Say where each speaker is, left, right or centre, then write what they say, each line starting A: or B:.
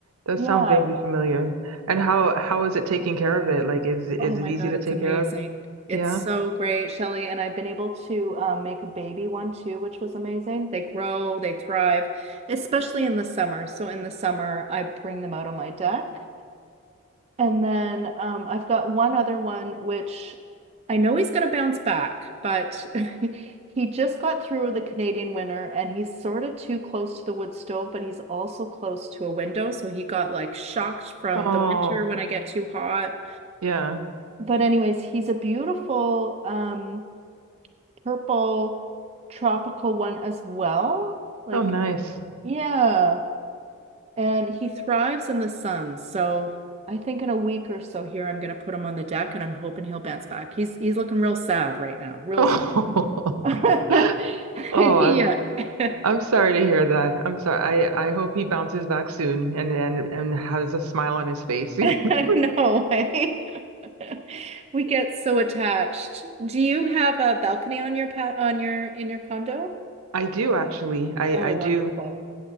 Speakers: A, on the right; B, on the right.
A: Does
B: Yeah.
A: sound vaguely familiar. And how how is it taking care of it? Like is is
B: Oh my
A: it easy
B: God,
A: to
B: it's
A: take
B: amazing.
A: care of?
B: It's
A: Yeah.
B: so great, Shelly. And I've been able to um, make a baby one too, which was amazing. They grow, they thrive, especially in the summer. So in the summer, I bring them out on my deck. And then um, I've got one other one, which I know he's going to bounce back, but <laughs> he just got through the Canadian winter and he's sort of too close to the wood stove, but he's also close to a window. So he got like shocked from
A: Oh,
B: the winter when I get too hot
A: yeah.
B: But anyways, he's a beautiful um purple tropical one as well. Like,
A: Oh, nice.
B: yeah. And he thrives in the sun. So I think in a week or so here I'm gonna put him on the deck and I'm hoping he'll bounce back. He's he's looking real sad right now. Real
A: Oh,
B: sad. <laughs>
A: <laughs> oh, I'm
B: Yeah. <laughs>
A: I'm sorry to hear that. I'm sorry. I I hope he bounces back soon and and and has a smile on his face. <laughs>
B: I know. eh? <laughs> We get so attached. Do you have a balcony on your pat on your in your condo?
A: I do actually. I
B: Oh,
A: I do.
B: wonderful.